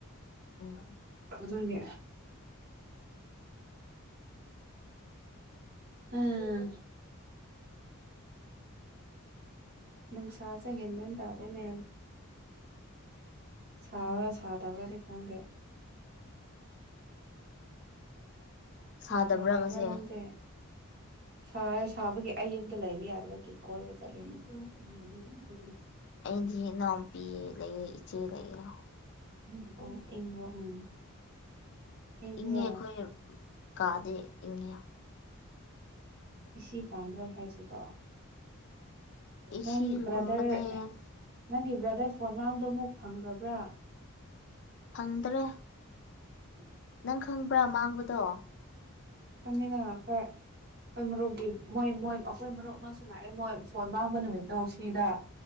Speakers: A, on the left; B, on the right.
A: ꯑꯝ
B: ꯑꯗꯨꯅꯦ ꯑꯥ ꯅꯨꯡꯁꯥꯁꯦ ꯒꯌ꯭ꯥꯟ ꯃꯦꯟ ꯇꯥꯗꯦꯅꯦ ꯁꯥꯕ꯭ꯔꯥ
A: ꯎꯝ
B: ꯁꯥꯗꯕ꯭ꯔꯥ ꯗꯤ ꯈꯪꯗꯦ ꯀꯥꯅꯥ
A: ꯁꯥꯗꯕ꯭ꯔꯥ
B: ꯀꯥꯅꯥ ꯂꯩꯕꯔꯥ
A: ꯉꯁꯤ
B: ꯅꯪꯗꯤ ꯁꯥ ꯁꯥꯕꯒꯤ ꯑꯩ ꯌꯨꯝꯗ ꯂꯩꯕ ꯌꯥꯗꯕꯒꯤ ꯀꯣꯏꯕ ꯆꯠꯂꯤꯅꯦ ꯀꯣꯏ ꯌꯦꯔꯝ ꯀꯣꯏ <unintelligible>
A: ꯑꯩꯗꯤ ꯏꯅꯥꯎꯄꯤ ꯂꯩꯌꯦ ꯏꯆꯦ ꯂꯩꯌꯦ
B: ꯎ ꯑꯣ ꯏ ꯎꯝ <unintelligible> ꯏꯪꯕ꯭ꯔꯣ
A: ꯏꯉꯦ ꯑꯩꯈꯣꯏ ꯀꯥꯗꯤ ꯏꯉꯦ
B: ꯑꯦꯁꯤ ꯄꯥꯝꯕ꯭ꯔꯣ ꯍꯥꯏꯁꯤꯕꯣ
A: ꯏꯁꯤꯒꯨꯝꯕꯅꯦ
B: ꯅꯪ ꯕ꯭ꯔꯗꯔ ꯅꯪꯒꯤ ꯕ꯭ꯔꯗꯔ ꯐꯣꯟ ꯃꯥꯡꯕꯗꯣ ꯑꯃꯨꯛ ꯐꯪꯈ꯭ꯔꯕ꯭ꯔꯥ
A: ꯐꯪꯗ꯭ꯔꯦ
B: <inaudible>
A: ꯅꯪ ꯈꯪꯕ꯭ꯔꯥ ꯃꯥꯡꯕꯗꯣ
B: ꯈꯪꯉꯦꯅ ꯈꯣꯢ ꯑꯩꯈꯣꯏ ꯃꯔꯨꯞꯒꯤ ꯃꯣꯏ ꯃꯣꯏ ꯑꯩꯈꯣꯏ ꯃꯔꯨꯞ ꯑꯃꯁꯨ ꯂꯥꯛꯑꯦ ꯃꯣꯏ ꯐꯣꯟ ꯃꯥꯡꯕ ꯅꯨꯃꯤꯠ ꯅꯨꯡꯁꯤꯗ